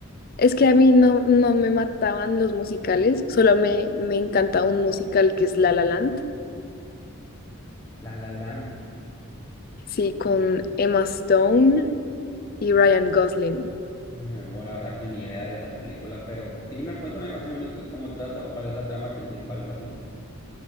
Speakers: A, on the left (about 40°); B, on the left (about 15°).
A: Es que a mí no, no me mataban los musicales, solo me, me encanta un musical que es La La Land,
B: La La Land.
A: sí, con Emma Stone y Ryan Gosling.
B: No, la verdad que ni idea de esa película, pero dime, cuéntame más o menos cómo trata o cuál es la trama principal o así.